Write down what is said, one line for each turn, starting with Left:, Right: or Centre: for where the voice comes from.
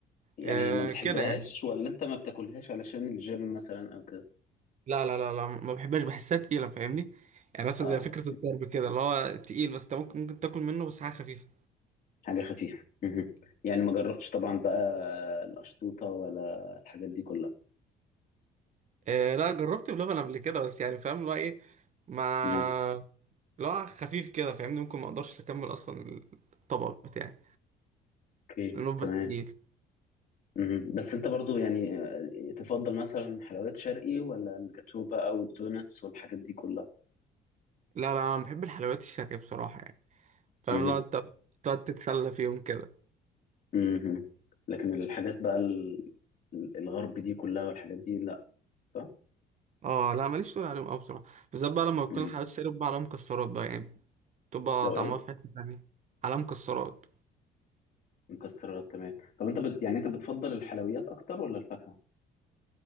Left: يعني
Right: آه
Left: ما بتحبهاش
Right: كده يعني
Left: ولا انت ما بتاكلهاش علشان الجيم مثلا او كده
Right: لا لا لا لا ما بحبهاش بحسها تقيلة فاهمني يعني مثلا
Left: اه
Right: زي فكرة الطرب كده اللي هو تقيل بس انت ممكن ممكن تاكل منه بس حاجة خفيفة
Left: حاجة خفيفة مهم. يعني ما جربتش طبعا بقى القشطوطة ولا الحاجات دي كلها
Right: آه لا جربت بلبن قبل كده بس يعني فاهم اللي هو ايه ما
Left: مهم.
Right: اللي هو خفيف كده فاهمني ممكن ما اقدرش اكمل اصلا الطبق بتاعي
Left: اوكي
Right: لانه بيبقى
Left: تمام
Right: تقيل
Left: مهم. بس انت برضو يعني آه، تفضل مثلا حلويات شرقي ولا الجاتو بقى والدوناتس والحاجات دي كلها
Right: لا لا انا بحب الحلويات الشرقية بصراحة يعني فاهم
Left: مهم.
Right: لو انت تقعد تتسلى فيهم كده
Left: مهم. لكن الحاجات بقى ال- الغرب دي كلها والحاجات دي لا صح
Right: اه لا ماليش تقول عليهم قوي بصراحة بالذات بقى لما بكون
Left: مم.
Right: الحلويات الشرقية بقى عليها مكسرات بقى يعني تبقى
Left: لو
Right: طعمها
Left: ايه
Right: في حتة تانية على مكسرات
Left: مكسرات تمام طب انت بت... يعني انت بتفضل الحلويات اكتر ولا الفاكهة